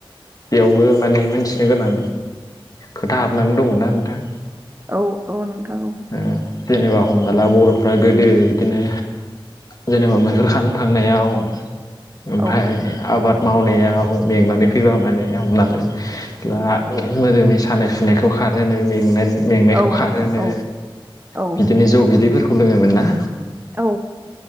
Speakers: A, on the left; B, on the right.
A: बेयावबो माने मोनथिनो गोनां खोथा हाबनानै दङना नोंथां।
B: औ औ नोंथां। औ
A: उम जेनेबा हमना ला बर'फ्रा गोदो इदिनो जेनेबा मैहुर खालामनो थांनायाव ओमफाय
B: औ
A: आबाद मावनायाव मेंनानै फैबा माने हमनाल ला मोदोमै सानाय सुनायखौ खारहोनो मेंनानै मेंनायखौ
B: औ
A: खारहोनो
B: नोंथां औ औ
A: बिदिनो जौ बि बिदैफोरखौ लोङोमोन ना
B: औ